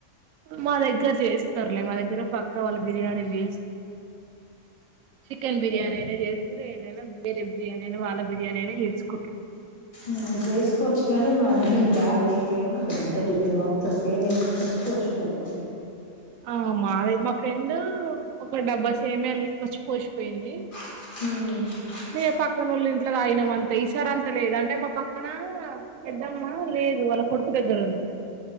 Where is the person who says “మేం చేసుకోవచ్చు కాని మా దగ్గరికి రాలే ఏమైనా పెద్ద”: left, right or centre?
Left